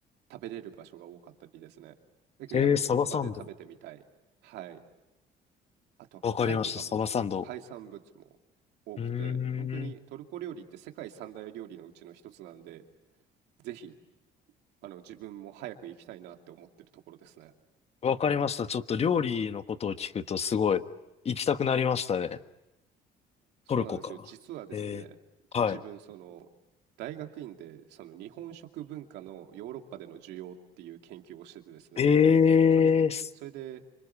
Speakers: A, on the right; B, on the left.
A: 食べれる場所が多かったりですね。だけどやっぱ本場で食べてみたい。
B: ええサバサンド。
A: はい。あとは貝とかも海産物も多くて、
B: わかりました、サバサンド。うー
A: 本当にトルコ料理って世界三大料理のうちの一つなんで、
B: ん。
A: ぜひあの自分も早く行きたいなって思ってるところですね。
B: わかりました。ちょっと料理のことを聞くとすごい行きたくなりましたね。
A: そうなんですよ。
B: トルコか。
A: 実はですね、
B: ええはい。
A: 自分、その、大学院で、その日本食文化のヨーロッパでの需要っていう研究をしててですね。
B: ええーす
A: で、とに、それで、